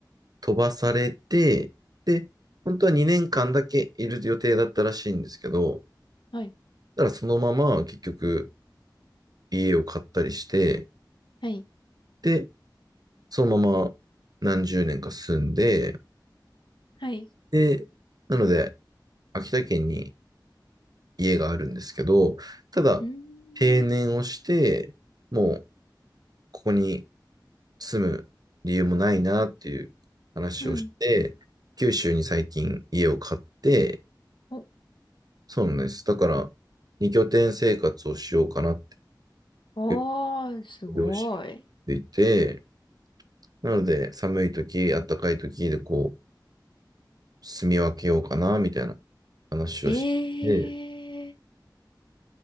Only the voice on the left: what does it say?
はい。
はい。
はい。
うーん。
うん。
お、
おー、
すごい。
えー。